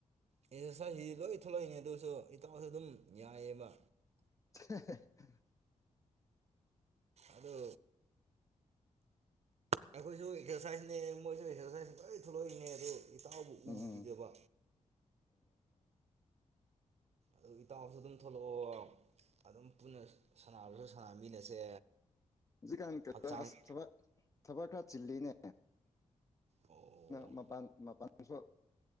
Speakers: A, on the right; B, on the left.
A: ꯑꯦꯛꯁꯔꯁꯥꯏꯖꯁꯤꯗꯤ ꯂꯣꯏ ꯊꯣꯛꯂꯛꯏꯅꯦ ꯑꯗꯨꯁꯨ ꯏꯇꯥꯎꯁꯨ ꯑꯗꯨꯝ ꯌꯥꯏꯑꯕ
B: <unintelligible>
A: ꯑꯗ ꯑꯩꯈꯣꯏꯁꯨ ꯑꯦꯛꯁꯔꯁꯥꯏꯖꯅꯦ ꯃꯣꯏꯁꯨ ꯑꯦꯛꯁꯔꯁꯥꯏꯁ ꯂꯣꯏ ꯊꯣꯛꯂꯛꯏꯅꯦ ꯑꯗꯨ ꯏꯇꯥꯎꯕ
B: ꯎꯝ
A: ꯎꯈꯤꯗꯕ ꯑꯗꯨ ꯏꯇꯥꯎꯁꯨ ꯑꯗꯨꯝ ꯊꯣꯛꯂꯛꯑꯣ ꯑꯗꯨꯝ ꯄꯨꯟꯅ ꯁꯥꯟꯅꯕꯁꯨ ꯁꯥꯟꯅꯃꯤꯟꯅꯁꯦ
B: ꯖꯤ ꯀꯥꯟ ꯀ
A: ꯍꯛꯆꯥꯡ
B: ꯑꯁ ꯊꯕꯛ ꯊꯕꯛ ꯈꯔ ꯆꯤꯜꯂꯤꯅꯦ
A: ꯑꯣ
B: ꯃꯄꯥꯟ ꯃꯄꯥꯟꯁꯨ